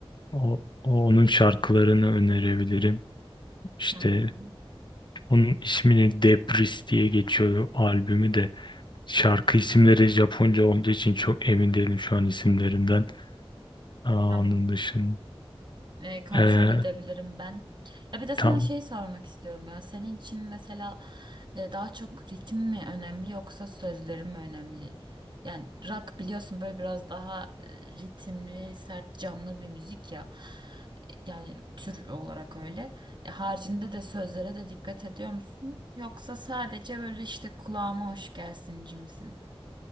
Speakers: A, on the left; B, on the right.
A: O, o- onun şarkılarını önerebilirim. İşte
B: Tamam.
A: onun ismini Debris diye geçiyordu albümü de. Şarkı isimleri Japonca olduğu için çok emin değilim şu an isimlerinden. Aa, onun
B: Tamam.
A: dışında
B: e, kontrol
A: Ee,
B: edebilirim ben. Ya bir de sana
A: tam
B: şey sormak istiyorum ya. Senin için mesela e, daha çok ritim mi önemli yoksa sözlerim mi önemli? Yani rock biliyorsun böyle biraz daha e, ritimli, sert, canlı bir müzik ya. E, Yani tür olarak öyle. E, haricinde de sözlere de dikkat ediyor musun? Yoksa sadece böyle işte kulağıma hoş gelsin cimsin.